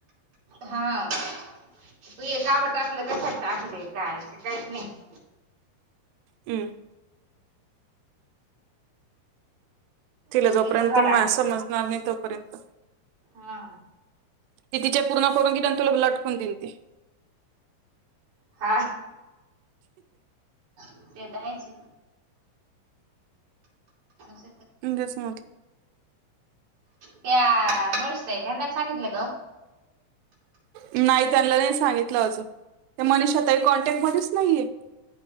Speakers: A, on the right; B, on the right.
A: हा तू एक कावर टाकलं कशात टाकलं काय काहीच नाही
B: हम तला
A: मग
B: जोपर्यंत
A: तिचं झालं
B: म
A: असत
B: समजणार नाही तोपर्यंत
A: हा
B: ती तिच्या पूर्ण करून की तुला लटकून दिन ते
A: हा ते तरयच <inaudible>
B: तेच म्हटलं
A: त्या मुच ताईना सांगितलं का?
B: नाही त्यांना नाही सांगितलं अजून ते मनीष आताही कॉन्टॅक्ट मध्येच नाहीये.